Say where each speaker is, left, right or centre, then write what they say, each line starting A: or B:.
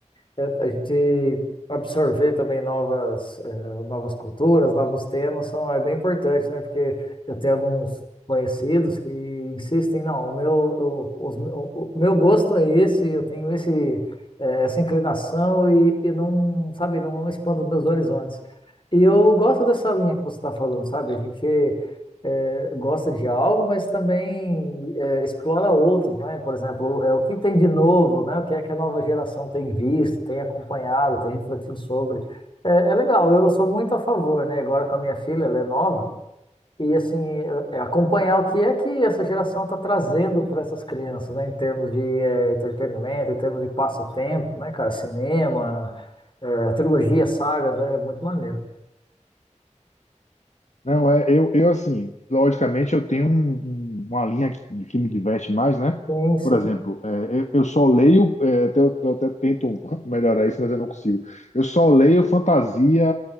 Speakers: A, on the left; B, on the left.
A: É, a gente absorver também novas, eh, novas culturas, novos temas são, é bem importante, né? Porque eu tenho alguns conhecidos que insistem, não, o meu, o, os- o- o meu gosto é esse, eu tenho esse, eh, essa inclinação e, e não, sabe, não expando meus horizontes. E eu gosto dessa linha que você está falando, sabe? A gente eh, gosta de algo, mas também é, explora outros, né? Por exemplo, é, o que tem de novo, né? O que é que a nova geração tem visto, tem acompanhado, tem refletido sobre. É, é legal, eu sou muito a favor, né? Agora com a minha filha, ela é nova, e assim, é- é acompanhar o que é que essa geração está trazendo para essas crianças, né? Em termos de é, entretenimento, em termos de passatempo, né, cara? Cinema, é, trilogia, sagas, é muito maneiro.
B: Não, é, eu, eu assim, logicamente eu tenho um- um- uma linha que, que me diverte mais, né?
A: Sim, sim.
B: Por exemplo, é, eu, eu só leio, é, até- eu, eu até tento <laughs> melhorar isso, mas eu não consigo. Eu só leio fantasia